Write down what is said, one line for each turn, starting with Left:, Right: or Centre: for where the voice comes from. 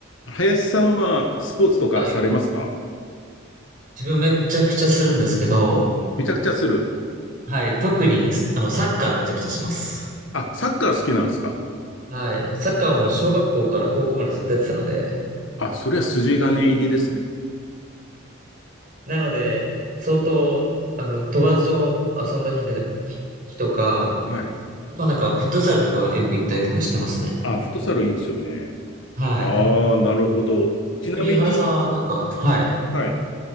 Left: 林さんはスポーツとかされますか
Right: はい。自分めちゃくちゃするんですけど、
Left: めちゃくちゃする。
Right: はい。特にす、あの、サッカーめちゃくちゃします。
Left: あ、サッカー好きなんですか
Right: はい。サッカーも小学校から高校までずっとやってたので、
Left: あ、それは筋金入りですね。
Right: なので、相当、あの、友達と遊んだ日だ、日日とか、
Left: はい。
Right: あとはなんか、フットサルとかよく行ったりとかしてますね。
Left: あ、フットサルいいんですよね。
Right: はい。
Left: ああ、なるほど。ちなみに、
Right: 逆に、井原さんはなんか、はい。
Left: はい。